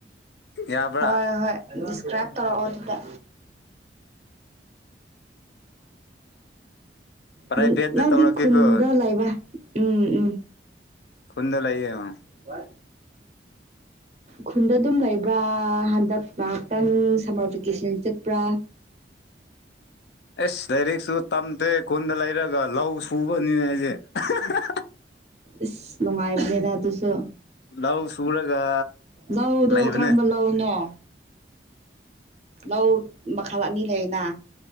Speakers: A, on the left (about 70°); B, on the right (about 40°).
A: ꯌꯥꯕ꯭ꯔꯥ
B: ꯍꯣꯏ ꯍꯣꯏ ꯗꯤꯁꯀ꯭ꯔꯥꯏꯞ ꯇꯧꯔꯛꯑꯣ ꯑꯗꯨꯗ
A: ꯄ꯭ꯔꯥꯏꯚꯦꯠꯇ
B: ꯎꯝ ꯅꯪꯗꯤ
A: ꯇꯧꯔꯛꯀꯦꯀꯣ
B: ꯈꯨꯟꯗ ꯂꯩꯕ ꯎꯝ ꯎꯝ
A: ꯈꯨꯨꯟꯗ ꯂꯩꯏꯌꯦ ꯑꯣ
B: ꯋꯥ
A: <inaudible>
B: ꯈꯨꯟꯗ ꯑꯗꯨꯝ ꯂꯩꯕ꯭ꯔꯥ ꯍꯟꯗꯛ ꯉꯥꯏꯍꯥꯛꯇꯪ ꯁꯝꯃꯔ ꯚꯦꯀꯦꯁꯟ ꯆꯠꯄ꯭ꯔꯥ
A: <inaudible> ꯑꯦꯁ ꯂꯥꯏꯔꯤꯛꯁꯨ ꯇꯝꯗꯦ ꯈꯨꯟꯗ ꯂꯩꯔꯒ ꯂꯧ ꯁꯨꯕꯅꯤꯅꯦ ꯑꯩꯁꯦ ꯑꯍꯥ ꯍꯥ
B: ꯏꯁ ꯅꯨꯡꯉꯥꯏꯕꯅꯦꯗ ꯑꯗꯨꯁꯨ
A: ꯂꯧ ꯁꯨꯔꯒ
B: ꯂꯧꯗꯣ
A: ꯂꯩꯕꯅꯦ
B: ꯀꯔꯝꯕ ꯂꯧꯅꯣ ꯂꯧ ꯃꯈꯜ ꯑꯅꯤ ꯂꯩꯌꯦꯅ